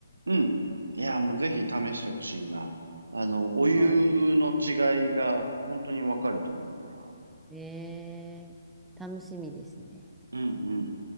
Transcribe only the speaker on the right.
うん。いや、もうぜひ試してほしいな。あの、
お湯の違いが本当にわかると思うから。
うんうん。